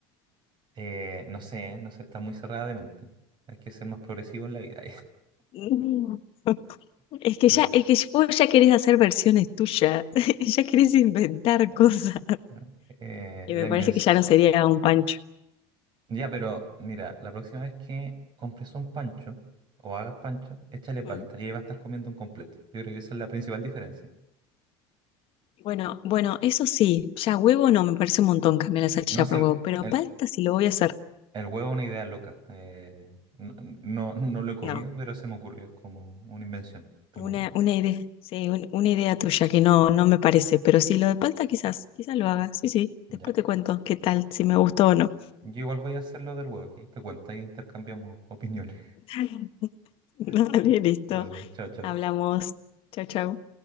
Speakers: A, on the right; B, on the left.
A: Eh, no sé, no sé, está muy cerrada de mente. Hay que ser más progresivo en la vida.
B: <laughs> Mm. Es que
A: <laughs>
B: ya, es que vos ya querés hacer versiones tuyas, <laughs> ya querés inventar
A: O-
B: cosas.
A: o- ¿no? Eh,
B: Y
A: la
B: me
A: invención.
B: parece que ya no sería un pancho.
A: Ya, pero mira, la próxima vez que compres un pancho o hagas pancho, échale palta
B: Ujú.
A: y ahí va a estar comiendo un completo. Yo creo que esa es la principal diferencia.
B: Bueno, bueno, eso sí, ya huevo no, me parece un montón cambiar la salchicha
A: No sé,
B: por
A: el,
B: huevo, pero
A: el,
B: palta sí lo voy a hacer.
A: el huevo es una idea loca. Eh, no, no, no lo he comido,
B: No,
A: pero se me ocurrió. Es como una invención del
B: una,
A: momento.
B: una idea, sí, un- una idea tuya que no, no me parece, pero sí, lo de palta quizás, quizás lo haga. Sí, sí, después
A: Ya,
B: te cuento qué tal, si me gustó o no.
A: yo igual voy a hacer lo del huevo. Y ahí te cuento, ahí intercambiamos opiniones.
B: <laughs> Dale,
A: <laughs>
B: listo.
A: Vale, chao, chao.
B: Hablamos. Chao, chao.